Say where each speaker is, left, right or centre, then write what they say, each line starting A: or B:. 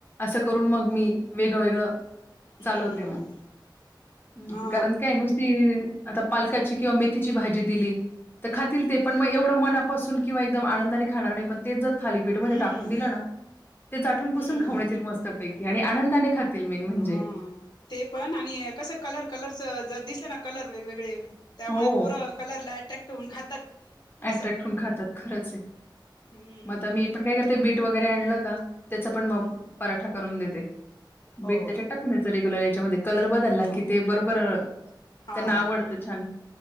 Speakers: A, on the left; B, on the left.
A: असं करून मग मी वेगळंवेेगळं चालवते
B: हम्म
A: मग अहं
B: हा
A: कारण काय नुसती हम आता पालकाची किंवा मेथीची भाजी दिली तर खातील ते पण मग एवढं मनापासून किंवा एकदम आनंदाने खाणार नाही पण तेच जर थालीपीठ मध्ये
B: हम्म
A: टाकून दिलं ना ते चाटुन पूसून
B: हम्म
A: खाऊन येतील मस्तपैकी आणि आनंदाने खात तील मेन म्हणजे
B: हा ते पण आणि कसं कलर कलरच जर दिसलं ना कलर वेगवेगळे त्यामुळे
A: हो.
B: पोरं कलरला अट्रॅक्ट होऊन खातात असं
A: अट्रॅक्ट होऊन खातात खरंच आहे.
B: हम्म
A: मग आता मी पण काय करते बीट वगैरे आणलं का त्याचा पण मग
B: ह
A: पराठा करून देते
B: हो
A: बीट त्याच्यात टाकून द्यायचं रेग्युलर याच्यामध्ये कलर बदल ना
B: ह
A: कि ते बरोबर
B: हा
A: त्यांना आवडतं छान